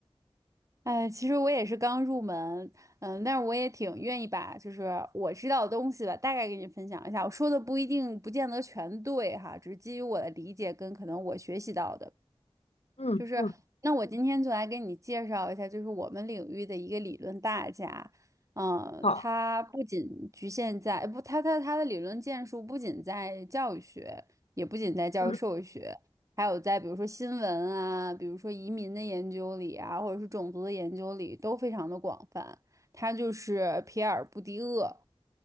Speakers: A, on the right (about 30°); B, on the left (about 80°).
A: 呃，其实我也是刚入门，嗯，但是我也挺愿意把就是我知道的东西吧，大概给你分享一下。我说的不一定不见得全对哈，只是基于我的理解跟可能我学习到的。
B: 嗯嗯，
A: 就是，那我今天就来给你介绍一下，就是我们领域的一个理论大家。嗯、
B: 好，
A: 他不仅局限在，不，他他他的理论建树不仅在教育学，也不仅在教育社会学，
B: 嗯
A: 还有在比如说新闻啊，比如说移民的研究里啊，或者是种族的研究里，都非常的广泛。他就是皮尔布迪厄，